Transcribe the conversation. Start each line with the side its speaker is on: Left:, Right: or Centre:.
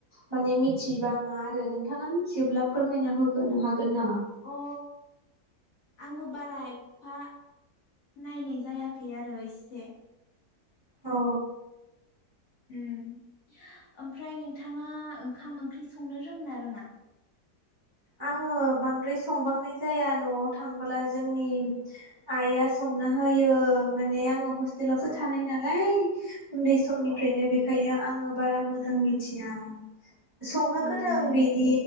Right: माने मिथिबाङा आरो नोंथाङा मिथियोब्ला फोरमायना होगोनो हागोन। नामा?
Left: अ आंबो बारा एफा नायनाय जायाखै आरो इसे।
Right: औ।
Left: ओम ओमफ्राय नोंथाङा ओंखाम ओंख्रि संनो रोङो ना रोङा।
Right: आङो बांद्राय संबांनाय जाया न'आव थांबोला जोंनि आइआ संना होयो माने आङो। हस्टेलावसो
Left: अ
Right: थानाय नालाय। <inaudible> उन्दै समनिफ्रायनो
Left: अ
Right: बेखायनो आङो बारा मोजां
Left: उम
Right: मिथिया संनो
Left: उम
Right: गोरों बिदि।